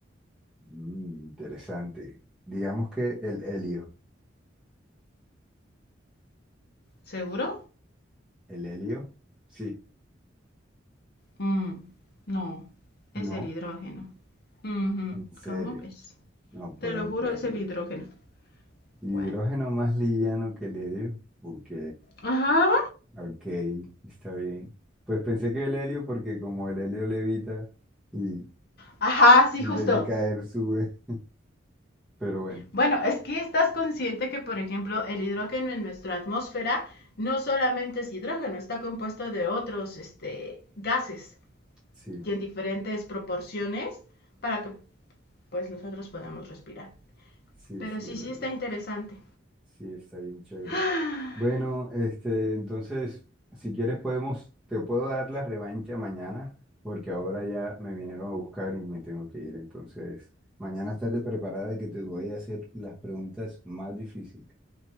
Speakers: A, in the centre; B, on the left (about 55°).
A: Mm, interesante. Digamos que el helio.
B: ¿Seguro?
A: ¿El helio? Sí.
B: Mm, no, es
A: No,
B: el hidrógeno. Ujú,
A: en serio.
B: ¿Cómo ves?
A: No puedo
B: Te lo juro,
A: creerlo.
B: es el hidrógeno.
A: Hidrógeno
B: Bueno.
A: más liviano que el helio. Ok.
B: Ajá.
A: Ok, está bien. Pues pensé que el helio, porque como el helio levita y
B: Ajá, sí,
A: en
B: justo.
A: vez de caer sube, <laughs> pero bueno,
B: Bueno, es que estás consciente que, por ejemplo, el hidrógeno en nuestra atmósfera no solamente es hidrógeno, está compuesto de otros este, gases
A: sí,
B: y en diferentes proporciones para que pues nosotros podamos respirar.
A: sí,
B: Pero
A: sí,
B: sí,
A: es
B: sí
A: verdad.
B: está interesante.
A: Sí, está bien chévere.
B: <gasps>
A: Bueno, este, entonces, si quieres podemos, te puedo dar la revancha mañana, porque ahora ya me vinieron a buscar y me tengo que ir. Entonces, mañana estate preparada que te voy a hacer las preguntas más difíciles.